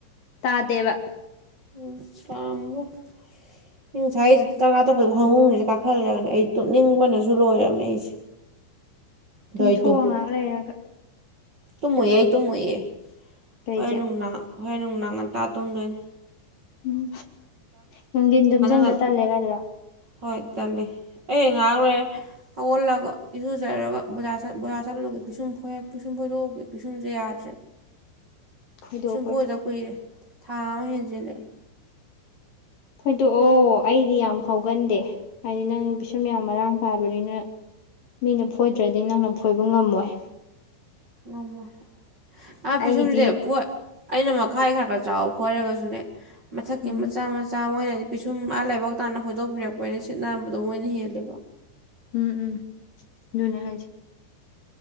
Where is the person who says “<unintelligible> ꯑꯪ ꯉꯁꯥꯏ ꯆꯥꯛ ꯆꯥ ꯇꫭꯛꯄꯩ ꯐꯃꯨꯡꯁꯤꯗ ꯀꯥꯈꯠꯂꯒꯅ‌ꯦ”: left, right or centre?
Right